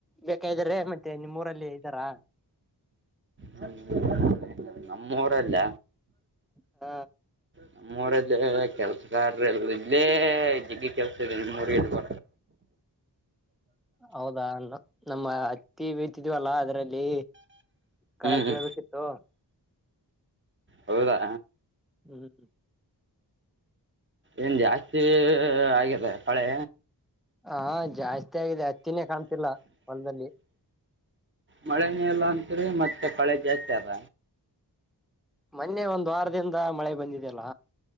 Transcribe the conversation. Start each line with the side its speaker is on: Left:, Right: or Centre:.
Centre: ಬೇಕ ಇದ್ದಾರೆ ಮತ್ತೆ ನಿಮ್ಮ್ೂರಲ್ಲಿ ಇದ್ದಾರಾ
Right: ಹ್ಮ ನಮ್ಮ ಊರಲ್ಲ
Centre: ಹ
Right: ನಮ್ಮ ೂರಲ್ಲಿ ಕೆಲ್ಸಗಾರ್ ಎಲ್ಲ ಇದೇ ಜಗ ಕೆಲ್ಸ ಇ ಮುಡದು ಕೊ
Centre: ಹೌದಾ ನಮ್ಮ ಹತ್ತಿ ಬೀತಿದವಲ್ಲಾ ಅದರಲ್ಲಿ ಕಡೆ
Right: ಹ್ಞೂ
Centre: ಕಳ್ಬೇಕಿತ್ತು
Right: ಹೌದಾ
Centre: ಹ್ಮ್
Right: ಏನ್ ಜಾಸ್ತಿ ಆಗಿದೆ ಪಳೆ
Centre: ಹಾ ಜಾಸ್ತಿ ಆಗಿದೆ ಹತ್ತಿನೇ ಕಾಣ್ತಿಲ್ಲ ಹೊಲದಲ್ಲಿ
Right: ಮಳೆ ನೀಲ್ಲ ಅಂತರಿ ಮತ್ತೆ ಪಳೆ ಜಾಸ್ತಿ ಅದ
Centre: ಮೊನ್ನೆ ಒಂದ್ ವಾರದಿಂದ ಮಳೆ ಬಂದಿದೆಯಲ್ಲ